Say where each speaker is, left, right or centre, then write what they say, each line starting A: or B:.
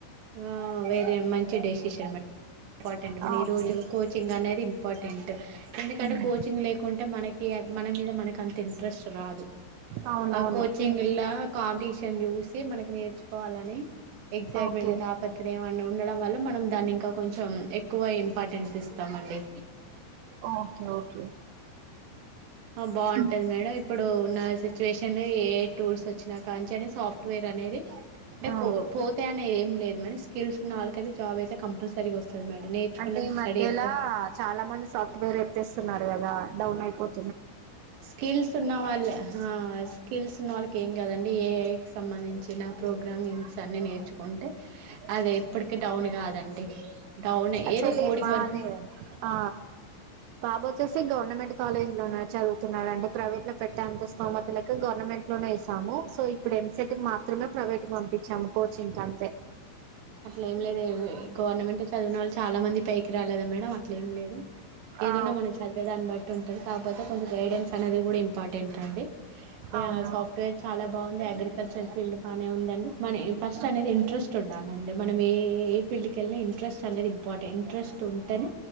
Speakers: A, on the right; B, on the right.
A: ఆ వేరే మంచి డెసిషన్ మేడం ఇంపార్టెంట్ మన
B: ఆ,
A: ఈ
B: ఓకే
A: రోజులు కోచింగ్ అనేది ఇంపార్టెంట్ ఎందుకంటే
B: ఉమ్,
A: కోచింగ్ లేకుంటే మనకి మన మీద మనకి అంత ఇంట్రెస్ట్ రాదు
B: అవునవును
A: ఆ కోచింగ్లా
B: ఎన్-
A: కాంపిటీషన్ చూసి మనకు నేర్చుకోవాలని ఎగ్జైట్మెంట్
B: ఓకే
A: తాపత్ర యం అన్నీ ఉండడం వల్ల మనం దాన్ని ఇంకా కొంచెం ఎక్కువ ఇంపార్టెన్స్ ఇస్తామండి
B: ఓకే ఓకే
A: ఆ బాగుంటది
B: ఉమ్,
A: మేడం ఇప్పుడు ఉన్న సిచ్యుయేషన్ లో ఏఐ టూల్స్ వచ్చినాకంచని సాఫ్ట్వేర్ అనేది అంటే
B: ఆ
A: కో పోతే అనే ఏం లేదు మేడం స్కిల్స్ ఉన్న వాళ్ళకయితే జాబ్ అయితే కంపల్సరీగా వస్తుంది మేడం నేర్చుకున్న
B: అంటే ఈ
A: స్టడీ
B: మధ్యలా
A: ఎప్పుడు
B: చాలా మంది సాఫ్ట్వేర్ ఎత్తేస్తున్నారు కదా డౌన్ అయిపోతు
A: స్కిల్స్ ఉన్నవాళ్లే హా స్కిల్స్ ఉన్న వాళ్ళకి ఏం కాదండి ఏఐ కి సంబంధించిన ప్రోగ్ గ్రామిన్స్ అన్ని నేర్చుకుంటే అది ఎప్పటికీ డౌన్ కాదండి డౌన్
B: అక్చుఅల్లీ
A: ఏదో కోడింగ్
B: మాది
A: వరకు
B: ఆ బాబు వచ్చేసి గవర్నమెంట్ కాలేజ్ లో ఉ చదువుతున్నాడు అంటే ప్రైవేట్ లో పెట్టే అంత స్తోమత లక గవర్నమెంట్ మెంట్ లోనే వేసాము సో ఇప్పుడు ఎమ్సెట్ కి మాత్రమే ప్రైవేట్ కి పంపించాము కోచింగ్ అంతే
A: అట్ల ఏం లేదు గవర్నమెంట్ చదివిన వాళ్ళు చాలా మంది పైకి రాలేదా మేడం అట్లేం లేదు ఏదన్నా
B: ఆ
A: మనం చదివే దాన్ని బట్టి ఉంటారు కాకపోతే కొంచెం గైడెన్స్ అనేది కూడా ఇంపార్టెంట్ అండి
B: అవునా
A: ఆ సాఫ్ట్వేర్ చాలా బాగుంది అగ్రికల్చర్ ఫీల్డ్ బాగానే ఉందండి మన ఫస్ట్
B: ఆ
A: అనేది ఇంట్రెస్ట్ ఉండాలి అండి మనం ఏ ఫీల్డ్ కి వెళ్నా ఇంట్రెస్ట్ అనేది ఇంపార్టెంట్ ఇంట్రెస్ట్ ఉంటేనే